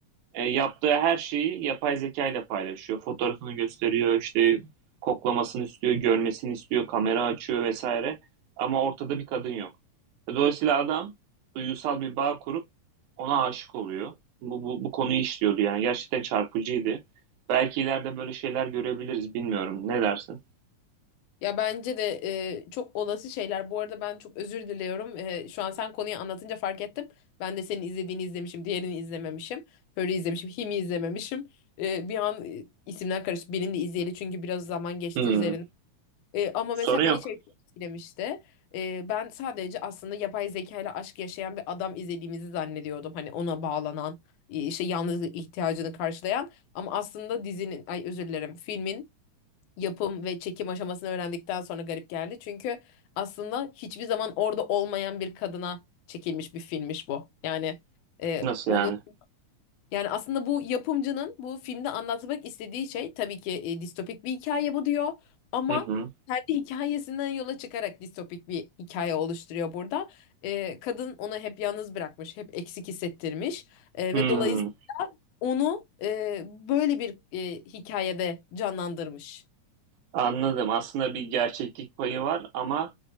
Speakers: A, on the right; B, on the left.
A: E, yaptığı her şeyi yapay zeka ile paylaşıyor. Fotoğrafını gösteriyor, işte koklamasını istiyor, görmesini istiyor, kamera açıyor vesaire. Ama ortada bir kadın yok. Dolayısıyla adam duygusal bir bağ kurup ona aşık oluyor. Bu, bu, bu konuyu işliyordu yani. Gerçekten çarpıcıydı. Belki ileride böyle şeyler görebiliriz, bilmiyorum. Ne dersin?
B: Ya bence de e, çok olası şeyler. Bu arada ben çok özür diliyorum. E, şu an sen konuyu anlatınca fark ettim. Ben de senin izlediğini izlemişim, diğerini izlememişim. böyle izlemişim, Him'i izlememişim. E, bir an e, isimler karıştı. Birini izleyeli çünkü biraz zaman geçti
A: Hmm.
B: üzerine. E, ama
A: Sorun
B: mesela
A: yok.
B: beni şey çok etkilemişti. E, ben sadece aslında yapay zeka ile aşk yaşayan bir adam izlediğimizi zannediyordum. Hani ona bağlanan, e, işte yalnızlık ihtiyacını karşılayan. Ama aslında dizinin, ay özür dilerim, filmin yapım ve çekim aşamasını öğrendikten sonra garip geldi. Çünkü aslında hiçbir zaman orada olmayan bir kadına çekilmiş bir filmmiş bu. Yani e,
A: Nasıl
B: onun
A: yani?
B: yani aslında bu yapımcının bu filmde anlatmak istediği şey tabii ki e, distopik bir hikaye bu diyor ama
A: Hı hı.
B: kendi hikayesinden yola çıkarak distopik bir hikaye oluşturuyor burada. E, kadın onu hep yalnız bırakmış, hep eksik hissettirmiş E,
A: Hmm.
B: ve dolayısıyla onu e, böyle bir e, hikayede canlandırmış.
A: Anladım. Aslında bir gerçeklik payı var ama